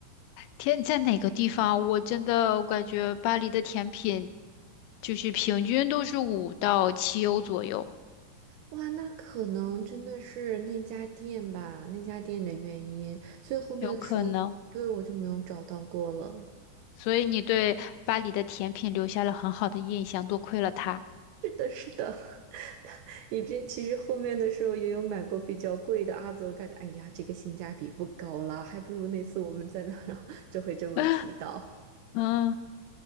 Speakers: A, on the left; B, on the right.
A: 天，在哪个地方？我真的我感觉巴黎的甜品就是平均都是五到七欧左右，
B: 哇，那可能真的是那家店吧，那家店的原因，所以后面的时候，
A: 有可能。
B: 对，我就没有找到过了。
A: 所以你对巴黎的甜品留下了很好的印象，多亏了他。
B: <laughs> 是的，<laughs> 你这其实后面的时候也有买过比较贵的阿泽，感觉哎呀，这个性价比不高啦，还不如那次我们在那儿然后就会这么提到。
A: <laughs> 嗯，